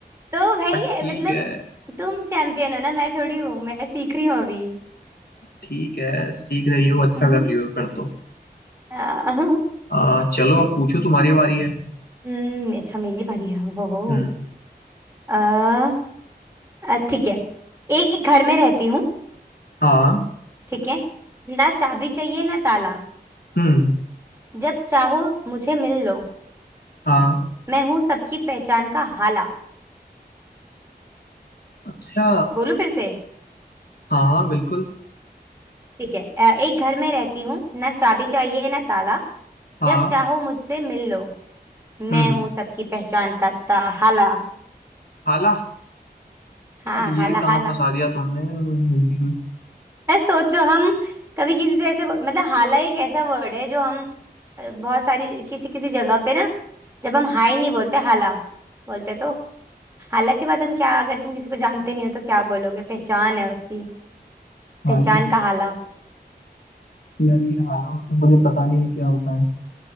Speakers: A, on the right (about 15°); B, on the left (about 65°).
A: तो भाई
B: बट
A: ये
B: ठीक
A: मतलब
B: है
A: तुम चैंपियन हो ना मैं थोड़ी हूँ मैं सीख रही हूँ अभी
B: ठीक है सीख रही हो अच्छा
A: हम्म,
B: कर रही हो फिर तो
A: अ,
B: आ, चलो अब पूछो तुम्हारी बारी है
A: हम्म, अच्छा मेरी बारी है हो हो
B: हम्म
A: अ, अ, ठीक है एक घर में रहती हूँ
B: हाँ
A: ठीक है ना चाबी चाहिए ना ताला
B: हम्म
A: जब चाहो मुझे मिल लो
B: हाँ
A: मैं हूँ सबकी पहचान का हाला
B: अच्छा
A: बोलू फिर से
B: हाँ हाँ बिल्कुल
A: ठीक है अ, एक घर में रहती हूँ ना चाबी चाहिए ना ताला
B: हाँ
A: जब चाहो मुझसे मिल लो मैं
B: हम्म
A: हूँ सबकी पहचान का ता हाला
B: हाला
A: हाँ
B: यार ये
A: हाला
B: कहाँ
A: हाला
B: फंसा
A: <laughs>
B: दिया तुमने हिंदी में
A: अरे सोचो हम कभी किसी से ऐसे मतलब हाला एक ऐसा वर्ड है जो हम अ, बहुत सारी किसी किसी जगह पे ना जब हम हाय नहीं बोलते हाला बोलते तो हाला के बाद हम क्या अगर तुम किसी को जानते नहीं हो तो क्या बोलोगे पहचान है उसकी पहचान
B: हाला
A: का हाला
B: यार ये हाला मतलब मुझे पता नहीं है क्या होता है